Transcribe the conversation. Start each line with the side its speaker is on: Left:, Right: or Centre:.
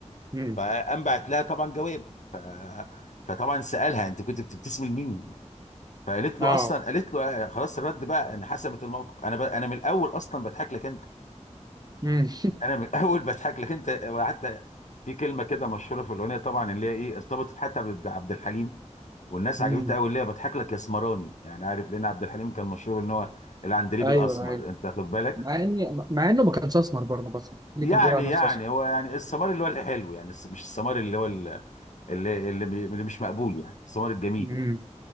Right: امم
Left: فقام بعت لها طبعا جواب ف... فطبعا سالها انت كنت بتبتسم لمين فقالت له
Right: اه
Left: اصلا قالت له آه، خلاص الرد بقى ان حسمت الموقف انا ب... انا من الاول اصلا بضحك لك انت
Right: امم
Left: انا من <laughs> الاول بضحك لك انت وحتى في كلمه كده مشهوره في الاغنيه طبعا اللي هي ايه ارتبطت حتى بعبد عبد الحليم والناس
Right: امم
Left: عجبتها قوي اللي هي بضحك لك يا اسمراني يعني عارف لان عبد الحليم كان مشهور ان هو العندليب
Right: ايوه
Left: الاسمر
Right: ايوه
Left: انت واخد بالك
Right: مع اني مع انه ما كانش اسمر برضه بس اللي
Left: يعني
Right: كان بيقول على نفسه
Left: يعني
Right: اسمر
Left: هو يعني السمار اللي هو الحلو يعني الس- مش السمار اللي هو ال- اللي اللي بي- اللي مش مقبول يعني السمار الجميل
Right: امم
Left: يعني